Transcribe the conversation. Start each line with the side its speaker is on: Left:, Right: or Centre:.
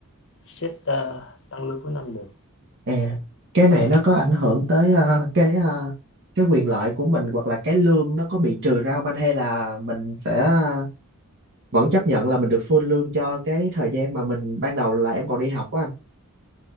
Left: xét ờ, tăng lương cuối năm được
Right: À, cái này nó có ảnh hưởng tới ờ, cái ờ, cái quyền lợi của mình hoặc là cái lương nó có bị trừ ra không anh hay là mình sẽ ờ, vẫn chấp nhận là mình được full lương cho cái thời gian mà mình ban đầu là em còn đi học á anh?